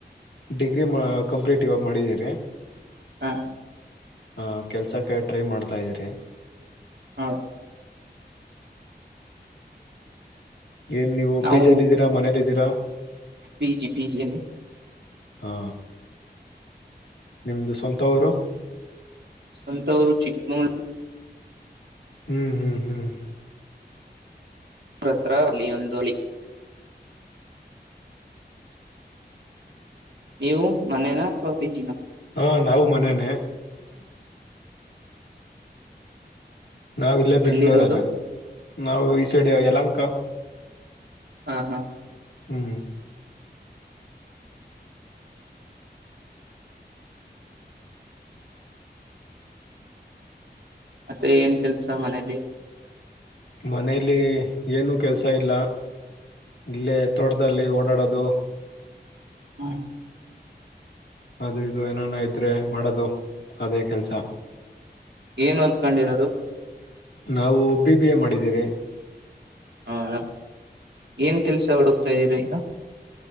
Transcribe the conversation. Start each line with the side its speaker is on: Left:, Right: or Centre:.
Left: ಡಿಗ್ರಿ ಕಂಪ್ಲೀಟ್ ಇವಾಗ ಮಾಡಿದ್ದೀರಿ
Right: ಹ
Left: ಹಾ ಕೆಲ್ಸಕ್ಕೆ ಟ್ರೈ ಮಾಡ್ತಾ ಇದ್ದೀರಿ
Right: ಹಾ
Left: ಏನ್ ನೀವು
Right: ನಾವು
Left: ಪಿಜಿ ಅಲ್ಲಿ ಇದಿದ್ದೀರ ಮನೇಲಿದಿರ
Right: ಪಿ ಜಿ ಪಿಜಿ ಅಲ್ಲಿ
Left: ಹಾ ನಿಮ್ದು ಸ್ವಂತ ಊರು
Right: ಸ್ವಂತವರು ಚಿಕ್ಕಮಂಗ್ಳೂರ್
Left: ಹ್ಮ್ ಹ್ಮ್ ಹ್ಮ್
Right: ಹತ್ರ ಒಂದು ಹಳ್ಳಿ ನೀವು ಮನೇನ ಅಥವಾ ಪಿ ಜಿ ನಾ
Left: ಹ ನಾವು ಮನೇನೆ ನಾವ ಇಲ್ಲೇ ಬೆಂಗಳುರಲ್ಲೇ
Right: ಎಲ್ಲಿರೋದು
Left: ನಾವು
Right: ಹ
Left: ಈ ಸೈಡ್ ಯಲಹಂಕ
Right: ಹಾ ಹಾ
Left: ಹ್ಮ್
Right: ಮತ್ತೆ ಏನ್ ಕೆಲ್ಸ ಮನೇಲಿ
Left: ಮನೇಲಿ ಏನೂ ಕೆಲಸ ಇಲ್ಲ ಇಲ್ಲೇ ತೋಟದಲ್ಲಿ ಓಡಾಡೋದು
Right: ಹ್ಮ
Left: ಅದು ಇದು ಏನಾನ ಇದ್ರೆ ಮಾಡದು ಅದೇ ಕೆಲ್ಸ
Right: ಏನು ಓದ್ಕೊಂಡಿರೋದು
Left: ನಾವು ಬಿ ಬಿ ಎ ಮಾಡಿದ್ದವೆ
Right: ಹೌದಾ ಏನ್ ಕೆಲ್ಸ ಹುಡುಕ್ತಾ ಇದ್ದೀರಾ ಈಗ